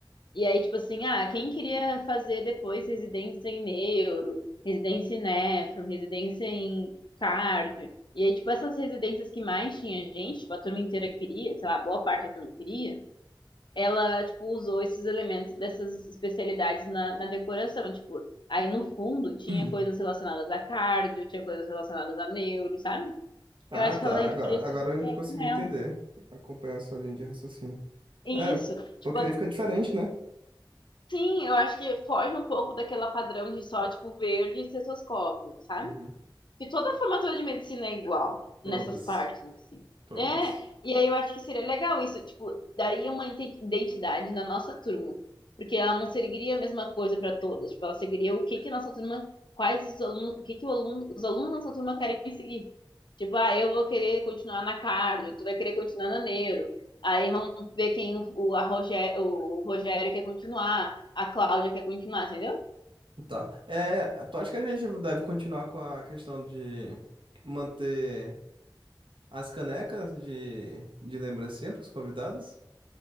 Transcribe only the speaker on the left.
e aí, tipo assim, ah, quem queria fazer depois residência em neuro, residência em nefro, residência em cardio. E aí, tipo, essas residências que mais tinha gente, tipo, a turma inteira queria, sei lá, boa parte da turma queria, ela, tipo, usou esses elementos dessas especialidades na, na decoração. Tipo, aí no fundo tinha
coisas relacionadas a cardio, tinha coisas relacionadas a neuro, sabe?
Eu acho
que ela, a gente
podia seguir
com ela.
Isso.
Tipo,
Sim, eu acho que foge um pouco daquela padrão de só, tipo, verde e cestoscópio, sabe?
E toda a formatura de medicina é igual
nessas partes, assim.
É, e aí eu acho que seria legal isso, tipo, daria uma inte- identidade na nossa turma, porque ela não seguiria a mesma coisa para todas, tipo, ela seguiria o que que nossa turma, quais os alunos, o que que o aluno, os alunos da nossa turma querem seguir. Tipo, ah, eu vou querer continuar na cardio, tu vai querer continuar na neuro. Aí vamos ver quem o, a Rogé- o Rogério quer continuar, a Cláudia quer continuar, entendeu?